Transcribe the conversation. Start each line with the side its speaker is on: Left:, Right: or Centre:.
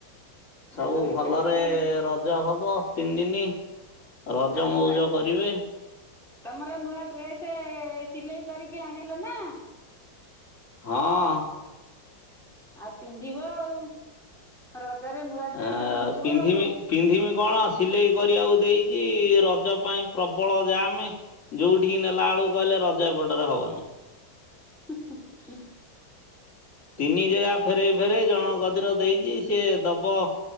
Left: ସବୁ
Centre: ଆଉ ଦୋଳି
Left: ଭଲରେ
Centre: ଖେଳିବ ଆଉ
Left: ର ଜ ହବ ତିନି ଦିନ ରଜ
Centre: ଆଉ ନୂଆ
Left: ମଉଜ କରିବେ।
Centre: ତମର ନୂଆ ଡ୍ରେସ ସିଲେଇ କରିକି ଆଣିଲ ନା?
Left: ହଁ।
Centre: ଆଉ ପିନ୍ଧିବ ଆଉ। ରଜରେ ନୂଆ
Left: ଆ
Centre: ଡ୍ରେସ ପିନ୍ଧିବ
Left: ପିନ୍ଧିମି
Centre: ଆଉ।
Left: ପିନ୍ଧିମି କଣ ସିଲେଇ କରିବାକୁ ଦେଇଛି ରଜ ପାଇଁ ପ୍ରବଳ ଯାମେଁ। ଯୋଉଠିିକି ନେଲାବେଲକୁ କହିଲେ ରଜ ଏପଟରେ ହବନି।
Centre: ହୁଁ ହୁଁ ହୁଁ।
Left: ତିନି ଜାଗା ଫେରେ ଫେରେ ଜଣ କତିରେ ଦେଇଛି ସିଏ ଦବ